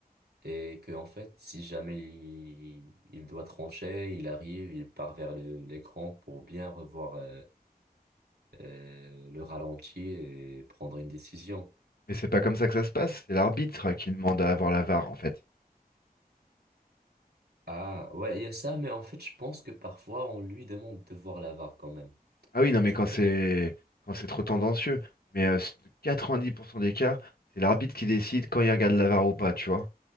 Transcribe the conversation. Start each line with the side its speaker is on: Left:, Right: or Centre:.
Right: et que, en fait, si jamais il, il doit trancher, il arrive, il part vers le- l'écran pour bien revoir euh, euh, le ralenti et prendre une décision.
Left: Mais c'est pas comme ça que ça se passe, c'est l'arbitre qui demande à avoir la var en fait.
Right: Ah, ouais, il y a ça, mais en fait, je pense que parfois, on lui demande de voir la VAR quand même.
Left: Ah oui, non, mais
Right: Parce
Left: quand
Right: qu'en
Left: c'est
Right: fait,
Left: quand c'est trop tendancieux. Mais euh, c- 90% des cas, c'est l'arbitre qui décide quand il regarde la VAR ou pas, tu vois.